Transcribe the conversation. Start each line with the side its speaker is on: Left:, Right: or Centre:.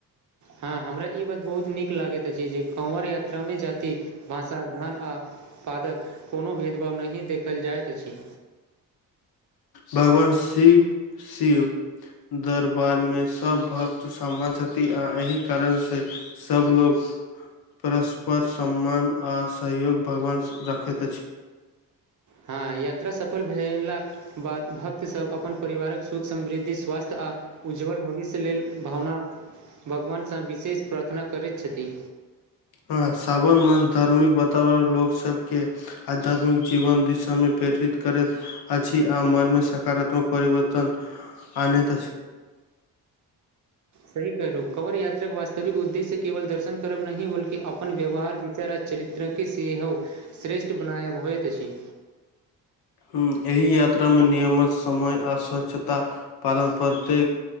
Right: हँ, हमरा ई बात बहुत नीक लगैत अछि जे काँवर यात्रामे जाति, भाषा, धन आ उत्पन्नक कोनो भेदभाव नहि देखल जाइत अछि।
Left: भगवान शिव शिव। दरबारमे सभ भक्त समान छथि, आ एहि कारणसँ सभ लोग परस्पर, सम्मान आ सहयोग भगवान रखैत अछि।
Right: हँ, यात्रा सफल भेलाक बाद भक्तसभ अपन परिवारक सुख समृद्धि स्वास्थ्य आ उज्ज्वल भविष्य लेल भगवानसँ विशेष प्रार्थना करैत छथि।
Left: हँ, सावन मासक धार्मिक वातावरण लोकसभकेँ आध्यात्मिक जीवन दिशामे प्रेरित करैत अछि आ मनमे सकारात्मक परिवर्तन आनत छै।
Right: सही कहलहुँ। काँवर यात्राक वास्तविक उद्देश्य केवल दर्शन करब नहि, बल्कि अपन व्यवहार चारित्रिक चरित्रके सेहो श्रेष्ठ बनाय होइत अछि।
Left: हँ, एहि यात्रामे नियमित समय आ स्वच्छताक पालन प्रत्येक